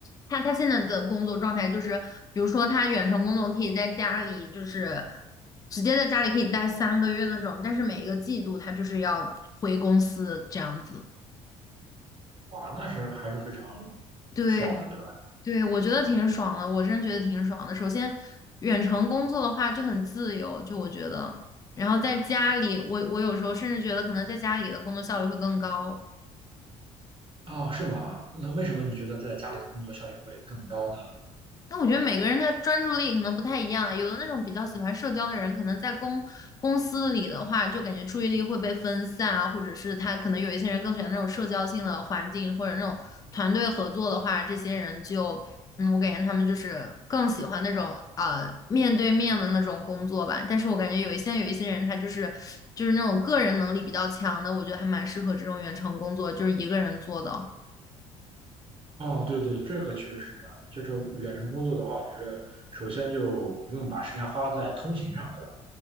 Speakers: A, on the left (about 20°); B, on the right (about 30°).
A: 他他现在的工作状态就是，比如说他远程工作可以在家里，就是直接在家里可以待三个月那种，但是每一个季度他就是要回公司这样子。
B: 哇，那是还是非常
A: 对
B: 爽的，对吧？
A: 对，我觉得挺爽的，我真觉得挺爽的。首先，远程工作的话就很自由，就我觉得，然后在家里，我我有时候甚至觉得可能在家里的工作效率会更高。
B: 哦，是吗？那为什么你觉得在家里的工作效率会更高呢？
A: 那我觉得每个人他专注力可能不太一样啊，有的那种比较喜欢社交的人，可能在公公司里的话，就感觉注意力会被分散啊，或者是他可能有一些人更喜欢那种社交性的环境，或者那种团队合作的话，这些人就，嗯，我感觉他们就是更喜欢那种呃面对面的那种工作吧。但是我感觉有一些有一些人他就是就是那种个人能力比较强的，我觉得还蛮适合这种远程工作，就是一个人做的。
B: 哦，对对，这个确实是这样。就是远程工作的话，我觉得首先就不用把时间花在通勤上，对吧？